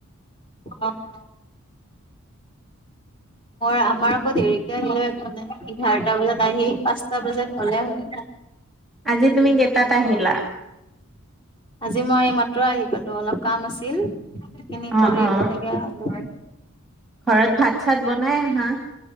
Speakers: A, on the left; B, in the centre.
A: অ'। মোৰ, আমাৰ আকৌ দেৰিকে আহিলেও একো নাই, ইঘাৰটা বজাত আহি পাঁচটা বজাত গ'লে হয়।
B: আজি তুমি কেইটাত আহিলা?
A: আজি মই এইমাত্ৰ আহি পালো, অলপ কাম আছিল। সেইখিনি
B: অ
A: কৰি
B: অ
A: একেলগে আহিলো।
B: ঘৰত ভাত চাত বনাই আহা?